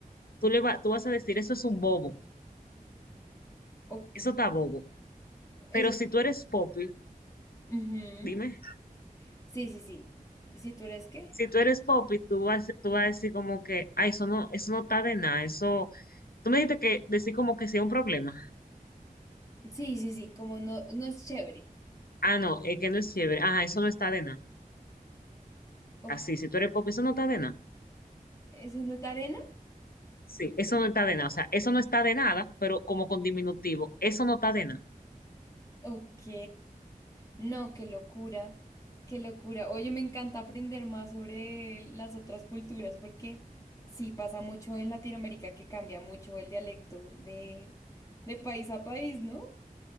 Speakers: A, on the left (about 80°); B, on the left (about 20°).
A: tú le va- tú vas a decir, eso es un bobo,
B: Ok,
A: eso está bobo. Pero
B: eso es.
A: si tú eres popi,
B: Ujú.
A: dime.
B: Sí, sí, sí. ¿Si tú eres qué?
A: si tú eres pop y tú vas, tú vas a decir como que, ay, eso no, eso no está de nada, eso, tú me dijiste que decir como que sea un problema.
B: Sí, sí, sí, como no, no es chévere.
A: Ah, no, es que no es fiebre. Ajá, eso no está de nada.
B: O-
A: Así, si tú eres pop, eso no está de nada.
B: ¿Eso no es arena?
A: Sí, eso no está de nada. O sea, eso no está de nada, pero como con diminutivo, eso no está de nada.
B: Ok, no, qué locura, qué locura. Oye, me encanta aprender más sobre las otras culturas porque sí pasa mucho en Latinoamérica que cambia mucho el dialecto de, de país a país, ¿no?